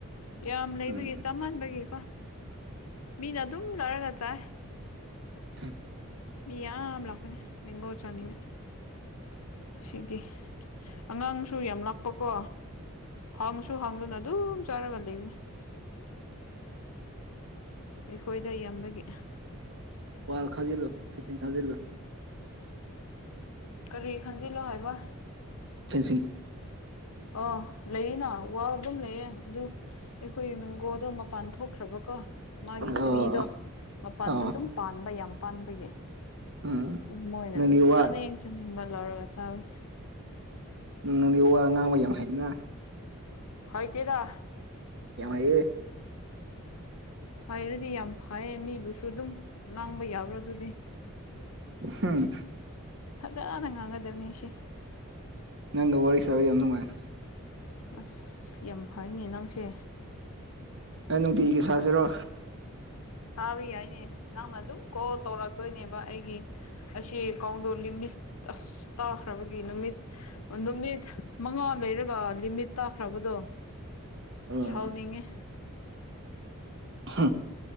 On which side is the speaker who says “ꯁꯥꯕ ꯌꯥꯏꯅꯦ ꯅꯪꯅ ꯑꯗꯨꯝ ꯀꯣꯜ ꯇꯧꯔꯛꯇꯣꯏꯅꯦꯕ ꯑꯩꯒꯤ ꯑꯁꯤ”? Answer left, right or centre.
Left